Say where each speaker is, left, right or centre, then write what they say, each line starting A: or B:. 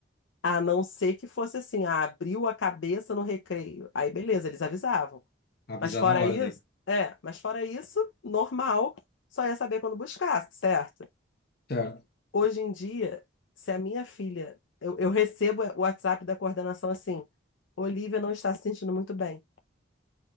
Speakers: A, on the left; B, on the left.
A: A não ser que fosse assim, ah, abriu a cabeça no recreio. Aí, beleza, eles avisavam.
B: avisar
A: Mas fora
B: na hora
A: isso,
B: daí.
A: é, mas fora isso, normal, só ia saber quando buscar, certo?
B: Certo.
A: Hoje em dia, se a minha filha, eu, eu recebo o WhatsApp da coordenação assim, Olivia não está se sentindo muito bem.